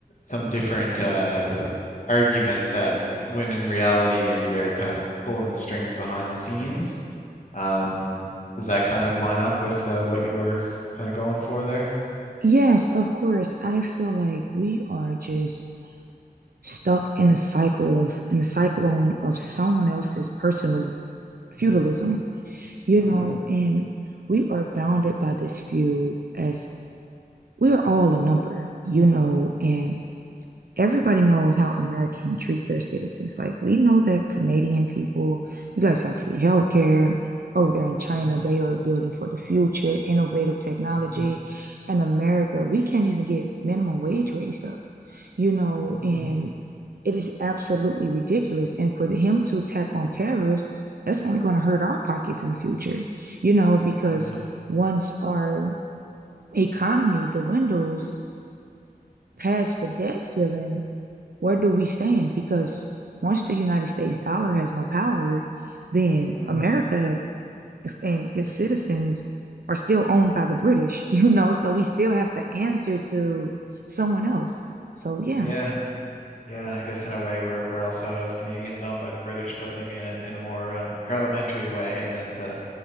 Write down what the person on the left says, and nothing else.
some different uh, arguments that, when in reality, maybe they're kind of pulling the strings behind the scenes. Um, does that kind of line up with uh, what you were kind of going for there?
Mm,
mm,
mm,
mm,
yeah.
Mm,
yeah. Yeah, I guess in a way we're we're also as Canadians owned by the British, but maybe in a in a more um, parliamentary way, in that uh,